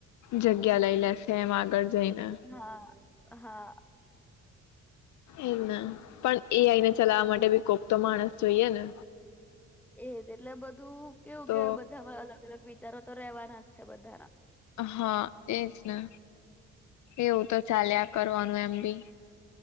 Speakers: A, on the left; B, in the centre.
A: જગ્યા લઈ લેશે એમ આગળ જઈને
B: હા, હા
A: ઇજ ને પણ એ આઈને ચલાવા માટે બી કોક તો માણસ જોઈએ ને
B: એજ એટલે બધું કેવું
A: તો
B: કેવાય બધામાં અલ અલગ વિચારો તો રેવાના જ છે બધાના
A: હા એજ ને એવું તો ચાલ્યા કરવાનું એમ બી